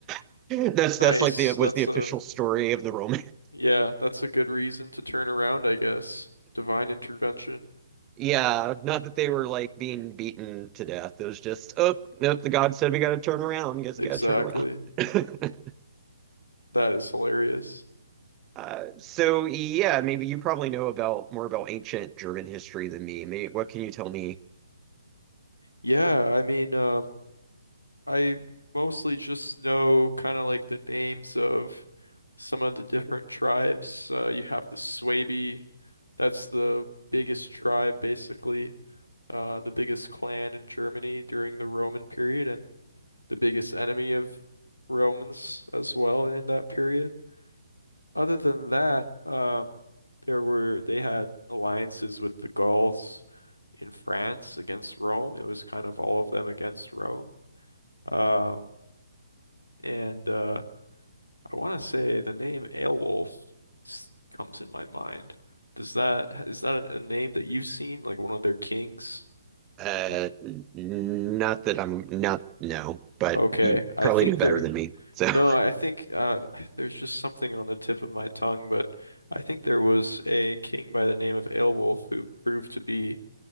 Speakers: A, on the right; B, on the left.
A: <laughs> That's that's
B: Nice.
A: like the was
B: That's
A: the official
B: a
A: story of the Roman.
B: Yeah, that's a good reason to turn around, I guess. Divine intervention.
A: Yeah, not that they were like being beaten to death. It was just, oh, nope, the god said we gotta turn around. Guess
B: Exactly.
A: we gotta turn around. <laughs>
B: That is hilarious.
A: Uh, so yeah, maybe you probably know about more about ancient German history than me. Maybe, what can you tell me?
B: Yeah, I mean, um, I mostly just know kind of like the names of some of the different tribes. Uh, you have the Swabi, that's the biggest tribe, basically, uh, the biggest clan in Germany during the Roman period, and the biggest enemy of Romans as well in that period. Other than that, um, there were they had alliances with the Gauls in France against Rome. It was kind of all of them against Rome. Um, and uh, I want to say the name Aelwulf s- comes in my mind. Does that is that a, a name that you've seen, like one of their kings?
A: Uh,
B: Uh,
A: n- not that I'm not no, but
B: Okay,
A: you
B: I
A: probably
B: think
A: knew better
B: there.
A: than me. So <laughs>
B: No, I think uh, <sighs> there's just something on the tip of my tongue, but I think there was a king by the name of Aelwulf who proved to be